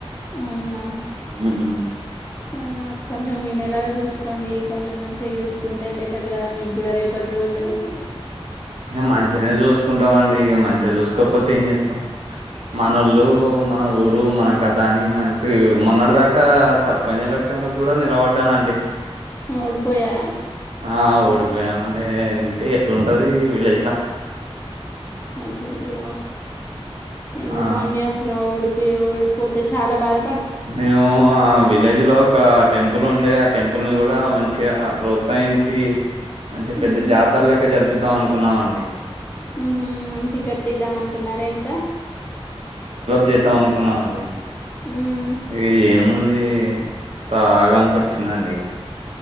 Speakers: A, on the left; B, on the right.
A: అవునా
B: ఉహ్
A: ఆ కొంచం వినేలాగా జుస్ కొండి కొంజమ్ మంచిగా యూసుకుంటే బెటర్ కదా మీగుడ రేపట్ రోజు ఉహ్
B: ఇగ మంచినే జుస్ కుంటవండి ఇగ మంచిగా జుస్ కోక్ పోతే ఏం జెత్తమ్ మనోళ్ళు
A: మ్మ్
B: మన ఊర్ డు మన కథ అని మ ఇపియు మొన్నడ్ దాకా సర్ పంజ్ ఎలక్షన్లక్ గుడ నిలవడ్డనండి
A: ఓడిపోయార్
B: ఆ ఓడిపోయావండి ఇన్ తే ఎట్లుంటది విలేజ్ ల
A: అయ్యయ్యో చ్ ఎందుకొండి
B: ఆ
A: అట్ల ఓడి పియోడ్ ఓడుపోతె చాలా బాద
B: మేము ఆ విలేజ్ లో ఒకా టెంపుల్ ఉండే ఆ టెంపుల్ ని కూడ మంజ్ చిగా ప్రోత్సాయించి మంచి
A: ఉమ్
B: పెద్ద జాతర్ లెక్క జర్ పిద్దాం అనుకున్నావండి
A: ఊమ్ మంచీగ్ గట్టిద్దాం అన్ కున్నార ఇంక
B: జేద్దాం అనుకున్నావండి
A: ఉమ్
B: ఇగ ఏముంది తాగంకొచ్చిందండి